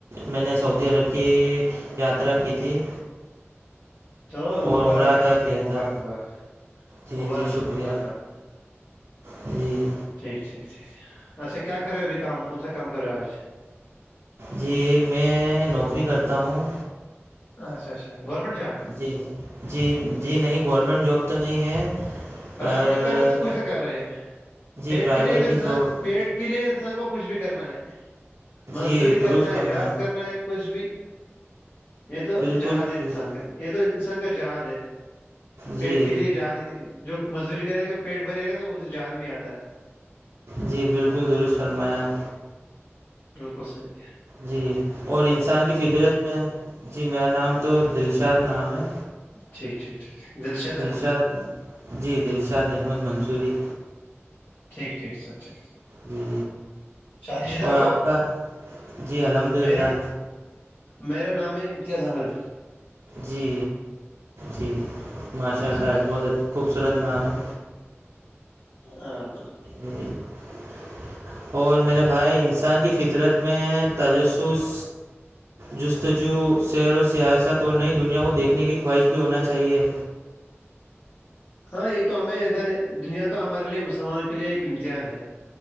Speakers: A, on the right; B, on the left.
A: میں نے سعودی عرب کے یاترا کی تھی
B: چلو
A: اور
B: مبارک
A: عمرہ ادا
B: ہے آپ کے
A: کیا
B: لیے مبارک
A: تھا
B: مبارک
A: جی
B: مبارک
A: جی شکریہ
B: ہے مبارک ہے آپ کے لیے
A: جی
B: ٹھیک ٹھیک ٹھیک اچھا کیا کررہے ہو ابھی کام کونسا کام کررہے ہو ابھی آج
A: جی میں نوکری کرتا ہوں
B: اچھا اچھا گورنمنٹ جاب
A: جی جی جی نہیں گورنمنٹ جاب تو نہیں ہے پر
B: پرائیویٹ ہی کر رہے تو کچھ تو کر رہے ہیں
A: جی
B: پیٹ
A: پرائیویٹ
B: کے لیے تو
A: ہی
B: انسان
A: جو
B: پیٹ <inaudible> کے لیے انسان کو کچھ بھی کرنا ہے مزدوری
A: جی درست
B: کرنا
A: فرمائیں
B: ہے جاب کرنا ہے کچھ بھی یہ تو
A: بالکل
B: جہاد ہے
A: درست
B: انسان کا یہ تو انسان کا جہاد ہے <inaudible> پیٹ
A: جی
B: کے لیے جہاد جو مزدوری کرے گا پیٹ بھرے گا تو وہ تو جہاد میں آتا ہے
A: جی بالکل درست فرمایا
B: بالکل صحی
A: جی اور انسان کی فطرت میں جی میرا نام تو دلشاد نام ہے
B: ٹھیک ٹھیک ٹھیک دلشید
A: دلشاد
B: احمد <inaudible>
A: جی دلشاد احمد منصوری
B: ٹھیک ٹھ س ٹھیک <inaudible>
A: جی
B: شادی شدہ
A: اور
B: ہو
A: آپ کا جی الحمد للہ
B: میرا میرا نام آ امتیاز احمد
A: جی جی ماشاء
B: اچھا
A: اللہ
B: اچھا
A: بہت اچ خوبصورت نام ہے
B: ہاں بالکل <inaudible>
A: ج <inaudible> اور میرے بھائی انسان کی فطرت میں تجسس جستجو سر و سیاست اور نئی دنیا کو دیکھنے کی خواہش بھی ہونا چاہیئے
B: ہاں یہ تو ہمیں اندر دنیا تو ہمارے لیے مسلمانوں کے لیے ایک امتحان ہے